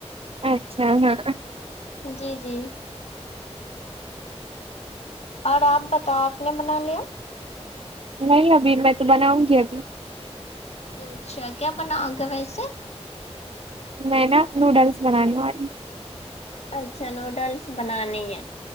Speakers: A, on the right (about 55°); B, on the left (about 70°).
A: اچھا ہاں
B: جی جی اور آپ بتاؤ آپ نے بنا لیا
A: نہیں ابھی میں تو بناؤں گی ابھی
B: اچھا کیا بناؤ گے ویسے
A: میں نا نوڈلس بنانے والی
B: اچھا نوڈلس بنانی ہے